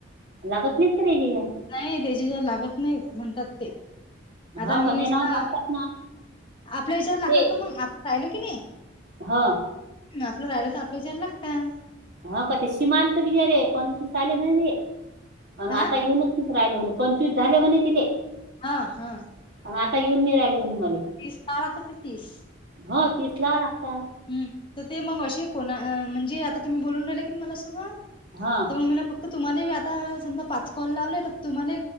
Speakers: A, on the right (about 55°); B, on the left (about 25°).
A: लागत नाहीत का त्याज्या
B: नाहीं त्यांच्या जं लागतं नाहीं म्हणतांत ते आंता
A: हो
B: मीसता.
A: का नाही ना लागतात ना
B: आपल्यां विचांर लागतांत
A: ते
B: नां मंग आपणं राहिलो की नाहीं.
A: हो
B: आपलं राहायंल तरं आपल्यां विचार लागतांत.
A: हो कां ते सिमाल तरं बिचारे पंचवीस आले म्हणे पणं
B: हा
A: आंता येऊंन. पंचवीस राहिले म्हंणे पंचवीस झांले म्हंणे तिले.
B: हां हां.
A: आणि आंता येऊंन नाहीं राहिली म्हंणे मले.
B: तीस करां लागतांत तीस.
A: हो तिस लावां लागतांत
B: हम्मं तरं ते मंग असे कोणां म्हणजे आंता तुम्हीं बोलूंन राहिले की मलां सगळं.
A: हां.
B: तरं मंग मी नां फक्तं तुम्हांला आंता समजां पांच कॉल लावले तरं तुम्हांला